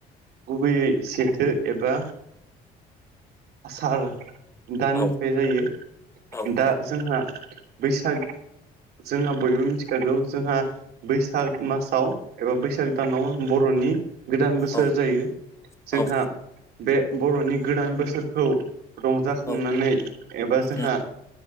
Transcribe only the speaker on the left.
औ
औ
औ
औ
औ
उम